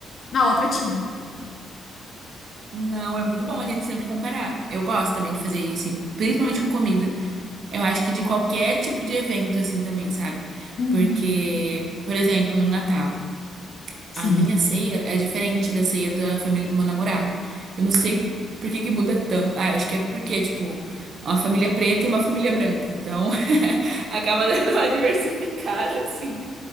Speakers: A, on the left; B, on the right.
A: Na outra tinha.
B: Não, é muito bom a gente sempre comparar. Eu gosto também de fazer isso, em- principalmente com comida. Eu acho que de qualquer tipo de evento, assim, também, sabe?
A: Uhum.
B: Porque, por exemplo, no Natal,
A: Sim.
B: a minha ceia é diferente da ceia da família do meu namorado. Eu não sei por que que muda tanto. Ah, eu acho que é porque, tipo, uma família preta e uma família branca. Então, <laughs> acaba dando uma diversificada, assim,